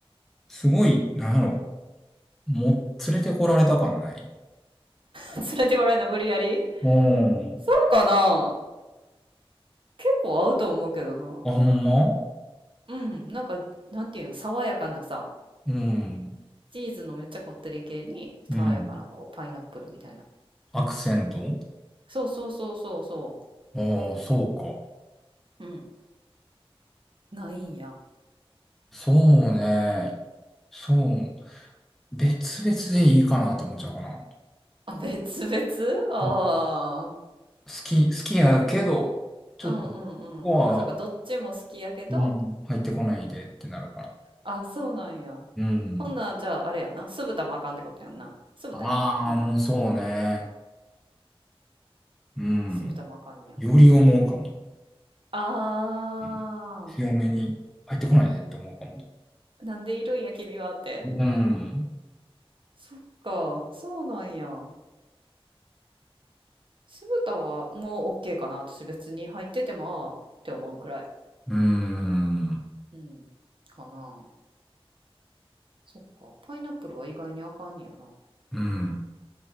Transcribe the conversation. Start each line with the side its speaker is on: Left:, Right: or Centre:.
Centre: すごい、なんやろ。も、連れてこられた感ない
Right: 連れてこられた無理やり
Centre: うん。
Right: そうかな結構合うと思うけどな。
Centre: あ、ほんま
Right: うん、なんか、なんていうの、爽やかなさ、
Centre: うん。
Right: チーズのめっちゃこってり系に、
Centre: うん。
Right: 爽やかなこう、パイナップルみたいな。
Centre: アクセント
Right: そうそうそうそうそ
Centre: ああ、そうか。
Right: う。うん、ないんや。
Centre: そうね。そう。別々でいいかなと思っちゃうかな。
Right: あ、別々ああー。
Centre: うん好き、好きやけど、ちょっと、
Right: うんうんうん。
Centre: ここは、
Right: あ、そうか、どっちも好きやけど、
Centre: うん、入ってこないでってなるから。
Right: あ、そうなんや。
Centre: うん。
Right: ほんなん、じゃあ、あれやな。酢豚もあかんってことやんな。酢豚やっけうん。
Centre: ああ、もうそうね。うん。
Right: 酢豚もあかんや。
Centre: より思うかも。
Right: あ
Centre: うん。強めに入ってこないでって思うかも。
Right: あ。なんでいるんや、君はって。
Centre: うん。
Right: そっか、そうなんや。酢豚はもう OK かな。私別に入っててもああって思うぐらい。
Centre: うん。
Right: うん。かな。そっか。パイナップルは意外にあかんねやな。
Centre: うん。